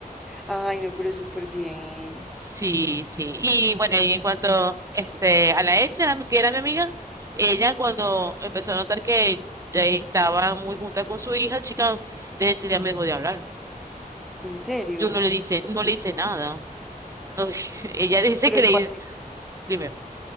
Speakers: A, in the centre; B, on the right.
A: Ay, no, pero súper bien.
B: Sí, sí. Y bueno, y en cuanto este, a la ex, era mi- que era mi amiga, ella cuando empezó a notar que ya estaba muy junta con su hija, chica, desde ese día me dejó de hablar.
A: En serio.
B: Yo no le dice, no le hice nada. No, <laughs> ella dice
A: No, Pero
B: que
A: igual
B: le
A: si,
B: primero.